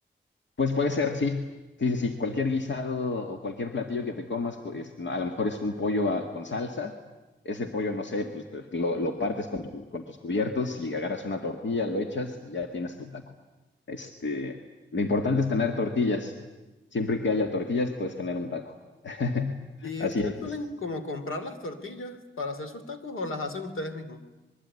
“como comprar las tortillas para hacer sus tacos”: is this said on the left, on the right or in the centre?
Left